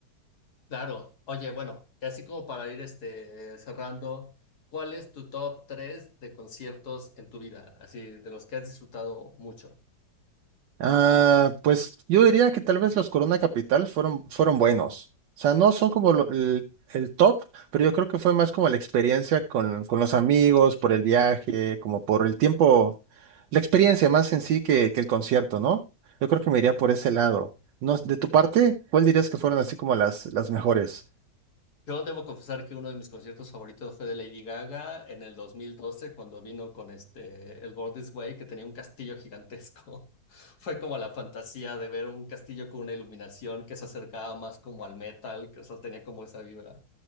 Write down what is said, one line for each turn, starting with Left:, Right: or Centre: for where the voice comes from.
Left: Claro, oye, bueno, y así como para ir este, eh, cerrando, ¿cuál es tu top 3 de conciertos en tu vida? Así, de los que has disfrutado mucho.
Right: Ah, pues yo diría que tal vez los Corona Capital fueron, fueron buenos. O sea, no son como lo- el, el top, pero yo creo que fue más como la experiencia con, con los amigos, por el viaje, como por el tiempo, la experiencia más en sí que, que el concierto, ¿no? Yo creo que me iría por ese lado. No, de tu parte, ¿cuál dirías que fueron así como las, las mejores?
Left: Yo debo confesar que uno de mis conciertos favoritos fue de Lady Gaga en el 2012, cuando vino con este, el Born This Way, que tenía un castillo gigantesco. <laughs> Fue como la fantasía de ver un castillo con una iluminación que se acercaba más como al metal, que o sea, tenía como esa vibra.